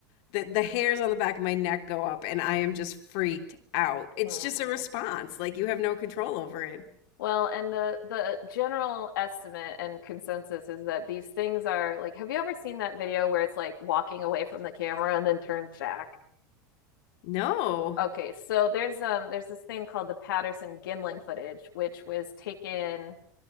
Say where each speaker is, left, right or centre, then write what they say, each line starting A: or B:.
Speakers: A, on the left (about 60°); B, on the left (about 75°).
A: the the hairs on the back of my neck go up and I am just freaked out. It's
B: mhm.
A: just a response. Like you have no control over it.
B: Well, and the the general estimate and consensus is that these things are like, have you ever seen that video where it's like walking away from the camera and then turns back?
A: No.
B: Okay, so there's um there's this thing called the Patterson-Gimlin footage, which was taken